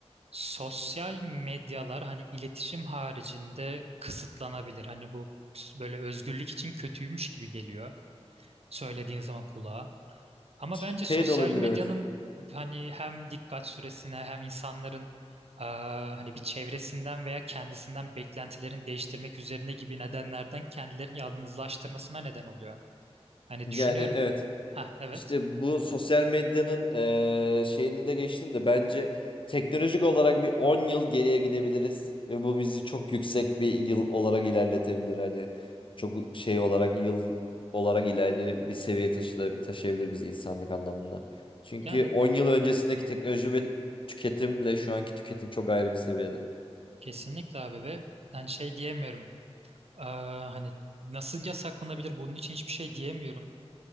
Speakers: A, on the right; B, on the left.
A: sosyal medyalar hani iletişim haricinde kısıtlanabilir. Hani bu böyle özgürlük için kötüymüş gibi geliyor söylediğin zaman kulağa. Ama
B: Şey
A: bence sosyal
B: de olabilir
A: medyanın
B: evet.
A: hani hem dikkat süresine hem insanların eee, hani bir çevresinden veya kendisinden beklentilerini değiştirmek üzerine gibi nedenlerden kendilerini yalnızlaştırmasına neden oluyor. Hani
B: Yani
A: düşünüyorum.
B: evet.
A: Ha evet.
B: İşte bu sosyal medyanın eee, şeyini de geçtim de bence teknolojik olarak bir 10 yıl geriye gidebiliriz ve bu bizi çok yüksek bir yıl olarak ilerletebilir. Hani çok şey olarak yıl olarak ileri bir seviyeye taşıda, taşıyabilir bizi insanlık anlamında. Çünkü
A: Yani
B: 10 yıl öncesindeki teknoloji ve tüketimle şu anki tüketim çok ayrı bir seviyede.
A: kesinlikle abi ve hani şey diyemiyorum. Ee, hani nasıl yasaklanabilir bunun için hiçbir şey diyemiyorum.